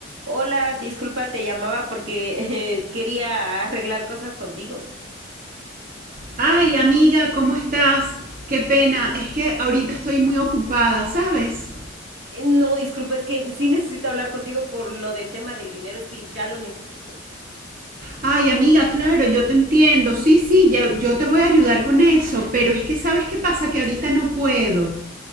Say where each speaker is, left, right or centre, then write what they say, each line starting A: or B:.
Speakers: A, on the right; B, on the right.
A: Hola, disculpa, te llamaba porque <laughs> eh, quería arreglar cosas contigo.
B: Ay, amiga, ¿cómo estás? Qué pena, es que ahorita estoy muy ocupada, ¿sabes?
A: Eh, No, disculpa, es que sí necesito hablar contigo por lo del tema del dinero, es que ya lo necesito.
B: Ay, amiga, claro, yo te entiendo. Sí, sí, yo, yo te voy a ayudar con eso, pero es que ¿sabes qué pasa? Que ahorita no puedo.